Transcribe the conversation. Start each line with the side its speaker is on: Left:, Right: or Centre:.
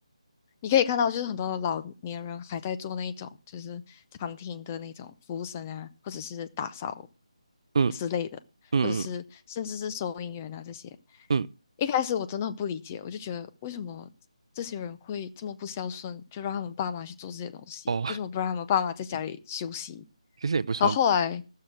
Left: 你可以看到，就是很多的老年人还在做那一种，就是餐厅的那种服务生啊，或者是打扫
Right: 嗯
Left: 之类的，
Right: 嗯嗯
Left: 或者是甚至是收银员啊这些。
Right: 嗯，
Left: 一开始我真的很不理解，我就觉得为什么这些人会这么不孝顺，就让他们爸妈去做这些东西，
Right: 哦，
Left: 为什么不让他们爸妈在家里休息，
Right: <laughs> 其实也不算吧，
Left: 然后后来，